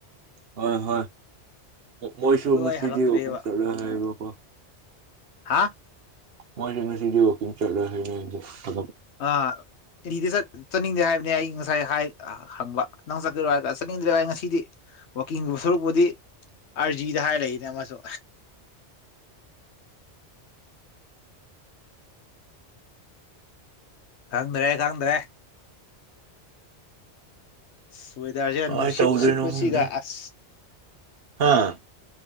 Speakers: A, on the right; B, on the left.
A: ꯍꯣꯏ ꯍꯣꯏ ꯃꯣꯏꯁꯨ
B: ꯑꯗꯣ
A: ꯉꯁꯤꯗꯤ
B: ꯑꯩ ꯍꯜꯂꯛꯇ꯭ꯔꯦꯕ
A: ꯑꯣꯄꯨꯡ ꯆꯠꯂꯣꯏ ꯍꯥꯏꯕꯀꯣ
B: ꯍꯥ
A: ꯃꯣꯏ ꯉ ꯁꯤꯗꯤ ꯋꯥꯣꯀꯤꯡ ꯆ ꯍꯥꯏ ꯐ
B: ꯑ ꯏꯗꯤ ꯁꯔ ꯆꯠꯅꯤꯡꯗꯦ ꯍꯥꯏꯕꯅꯤ ꯑꯩ ꯉꯁꯥꯏ ꯍꯥꯏ ꯍꯪꯕ ꯅꯪ ꯆꯠꯀꯦꯔꯣ ꯍꯥꯏꯔ ꯆꯠꯅꯤꯡꯗ꯭ꯔꯦꯒ ꯑꯩ ꯉꯁꯤꯗꯤ ꯋꯥꯋꯀꯤꯡꯒꯨꯝꯕ ꯁꯔꯨꯛꯄꯨꯗꯤ ꯑꯥꯔꯖꯤꯗ ꯍꯥꯏꯔ ꯂꯩꯅꯦ ꯑꯃꯁꯨ ꯈꯪꯗ꯭ꯔꯦ ꯈꯪꯗ꯭ꯔꯦ ꯁꯣꯏꯗꯥꯔꯁꯦ
A: ꯀꯃꯥꯏ
B: ꯅꯨꯡꯁꯤꯠ
A: ꯇꯧꯗꯣꯏꯅꯣ
B: ꯁꯤꯠꯄꯁꯤꯒ
A: ꯈꯪꯗꯦ
B: ꯑꯁ
A: ꯍꯥ